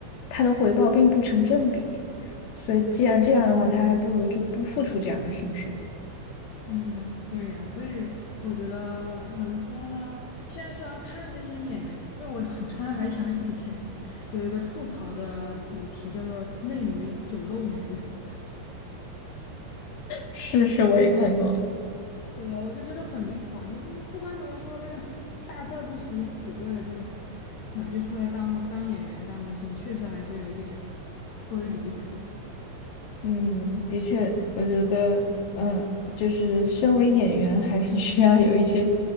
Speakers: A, on the left (about 85°); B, on the left (about 60°).
A: 他的回报并不成正比，所以既然这样的话，他还不如就不付出这样的心血。
B: 嗯，对呀，所以我觉得怎么说呢？现在虽然看这些演员，就我 <laughs> 我突然还想起以前有一个吐槽的主题，叫做“内娱酒漏鱼”，
A: 是是，我也看过。
B: 对吧？我就觉得很离谱啊！你不不管怎么说，这个大字儿不识几个的，这个哪就出来当当演员、当明星，确实还是有一点过于离谱了。
A: 嗯，的确，我觉得，嗯，就是身为演员，还是需要有一些，